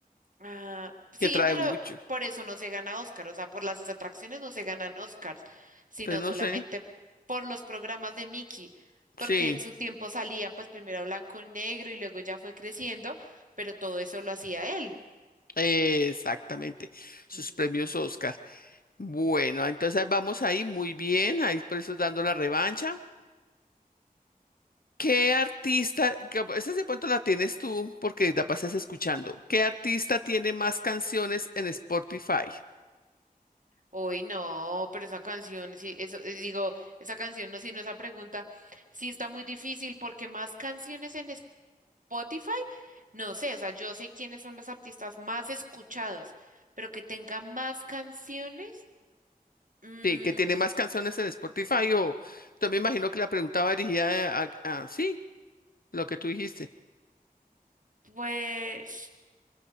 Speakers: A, on the right (about 60°); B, on the left (about 70°).
A: Ah, sí,
B: que trae
A: pero
B: mucho.
A: por eso no se gana Oscar, o sea, por las atracciones no se ganan Oscars, sino
B: Entonces, no
A: solamente
B: sé,
A: por los programas de Mickey,
B: sí,
A: porque en su tiempo salía pues primero a blanco y negro y luego ya fue creciendo, pero todo eso lo hacía él.
B: eh, exactamente, sus
A: Mm.
B: premios Oscar. Bueno, entonces vamos ahí, muy bien, ahí por eso dando la revancha. ¿Qué artista, que, esa de pronto la tienes tú porque la pasas escuchando? ¿Qué artista tiene más canciones en Spotify?
A: Uy, no, pero esa canción, sí, eso, eh, digo, esa canción, no, sino esa pregunta, sí está muy difícil porque más canciones en Spotify, no sé, o sea, yo sé quiénes son los artistas más escuchados, pero que tenga más canciones, mm,
B: Sí, que tiene más canciones en Spotify o yo me imagino que la pregunta va dirigida a, a- sí, lo que tú dijiste,
A: pues